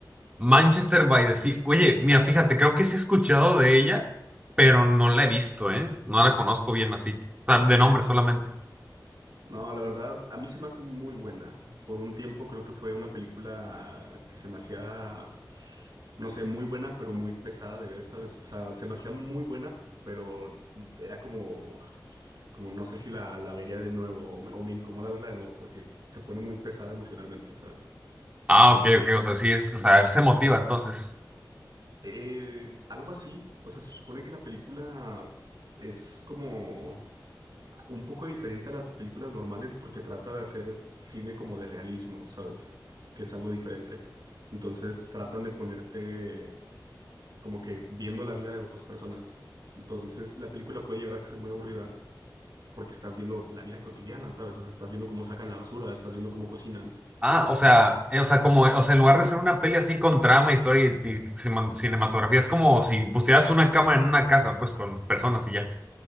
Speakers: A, on the right; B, on the right.
A: Manchester by the Sea. Oye, mira, fíjate, creo que sí he escuchado de ella, pero no la he visto, ¿eh? No la conozco bien así. O sea, de nombre solamente.
B: No, la verdad, a mí se me hace muy buena. Por un tiempo creo que fue una película que se me hacía, no sé, muy buena, pero muy pesada de ver, ¿sabes? O sea, se me hacía muy buena, pero era como... como no sé si la, la vería de nuevo o me, o me incomoda verla de nuevo porque se pone muy pesada emocionalmente, ¿sabes?
A: Ah, ok, ok. O sea, sí, es, o sea, se motiva entonces.
B: Eh, algo así, o sea, se supone que la película es como un poco diferente a las películas normales porque trata de hacer cine como de realismo, ¿sabes? Que es algo diferente. Entonces tratan de ponerte como que viendo la vida de dos personas. Entonces la película puede llegar a ser muy aburrida porque estás viendo la vida cotidiana, ¿sabes? O sea, estás viendo cómo sacan la basura, estás viendo cómo cocinan
A: Ah, o sea, eh, o sea, como, o sea, en lugar de ser una peli así con trama, historia y, ti- cima- cinematografía, es como si pusieras una cámara en una casa, pues con personas y ya.